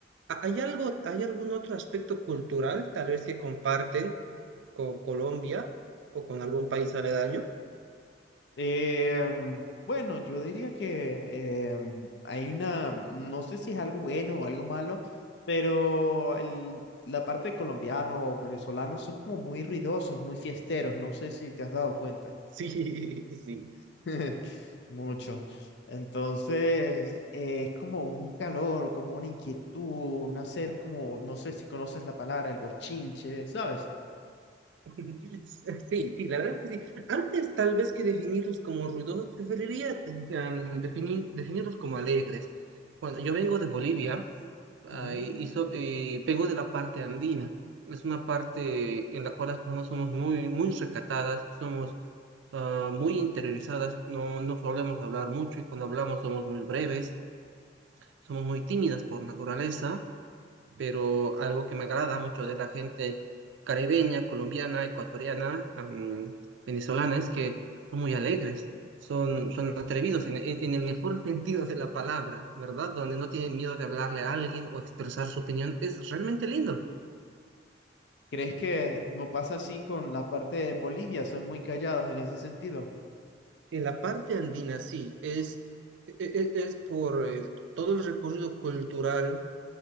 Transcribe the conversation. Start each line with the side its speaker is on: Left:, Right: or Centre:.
Right: ¿Ha- ¿Hay algo, hay algún otro aspecto cultural tal vez que comparten con Colombia o con algún país aledaño?
Left: Eh, bueno, yo diría que eh, hay una, no sé si es algo bueno o algo malo, pero el- la parte de colombiano o venezolano son como muy ruidosos, muy fiesteros, no sé si te has dado cuenta.
Right: <laughs> Sí, sí.
Left: <laughs> Mucho. Entonces, eh, es como un calor, como una inquietud, un hacer como, no sé si conoces la palabra, el bochinche, ¿sabes?
Right: <laughs> Sí, sí, la verdad que sí. Antes tal vez que definirlos como ruidosos, preferiría mm, definir, definirlos como alegres. Bueno, yo vengo de Bolivia, ah,
Left: Mm.
Right: y, y so- y vengo de la parte andina. Es una parte en la cual las personas somos muy, muy recatadas, somos ah, muy interiorizadas, no, no solemos hablar mucho y cuando hablamos somos muy breves, somos muy tímidas por naturaleza pero algo que me agrada mucho de la gente caribeña, colombiana, ecuatoriana, am, venezolana, es que son muy alegres, son, son atrevidos en, en- en el mejor <laughs> sentido de la palabra, ¿verdad? Donde no tienen miedo de hablarle a alguien o expresar su opinión, es realmente lindo.
Left: ¿Crees que no pasa así con la parte de Bolivia? Son muy callados en ese sentido.
Right: En la parte andina, sí, es, e- e- es, por eh, todo el recorrido cultural